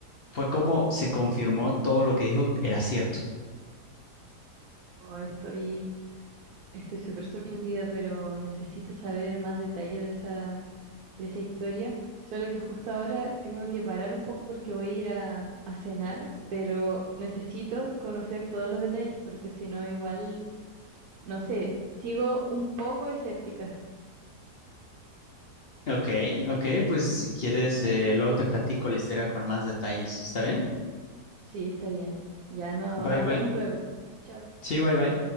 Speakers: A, on the left; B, on the right.
A: fue como se confirmó todo lo que dijo era cierto.
B: Oh, estoy, estoy súper sorprendida, pero necesito saber más detalles de esa, de esa historia, solo que justo ahora tengo que parar un poco porque voy a ir a, a cenar, pero necesito conocer todos los detalles porque si no igual, no sé, sigo un poco escéptica.
A: Ok, ok, pues si quieres, eh, luego te platico la historia con más detalles. ¿Está bien?
B: Sí, está bien. Ya no,
A: Bye,
B: hablamos
A: bye.
B: luego. Chao.
A: Sí, bye, bye.